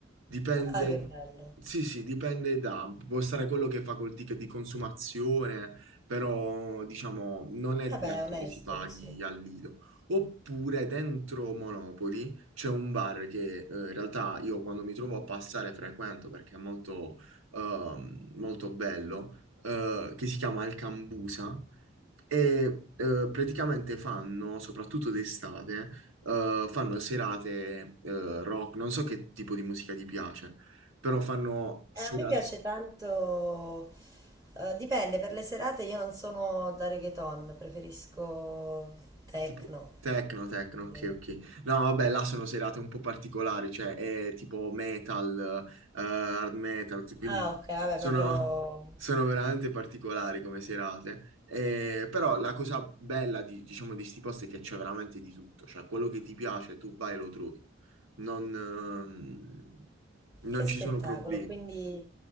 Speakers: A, on the right (about 85°); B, on the right (about 20°).
A: Dipende,
B: Ah, che bello.
A: sì, sì, dipende da, può stare quello che fa col ticket di consumazione, però diciamo non è
B: Vabbè,
A: detto
B: è onesto
A: che si paghi
B: così.
A: al lido. Oppure dentro Monopoli c'è un bar che eh, in realtà io quando mi trovo a passare frequento perché è molto, ehm, molto bello, eh, che si chiama Il Cambusa e eh, praticamente fanno, soprattutto d'estate, eh, fanno serate eh, rock, non so che tipo di musica ti piace, però fanno serate
B: E a me piace tanto, eh, dipende, per le serate io non sono da reggaeton, preferisco techno.
A: tipo techno, techno,
B: direi.
A: ok, ok. No, vabbè, là sono serate un po' particolari, cioè è tipo metal, eh, hard metal, quindi
B: Ah, ok, vabbè,
A: sono,
B: proprio
A: sono veramente particolari come serate. Eh, però la cosa bella di, diciamo, di sti posti è che c'è veramente di tutto, cioè quello che ti piace tu vai e lo trovi. non, ehm,
B: che
A: non
B: spettacolo.
A: ci sono problemi.
B: Quindi,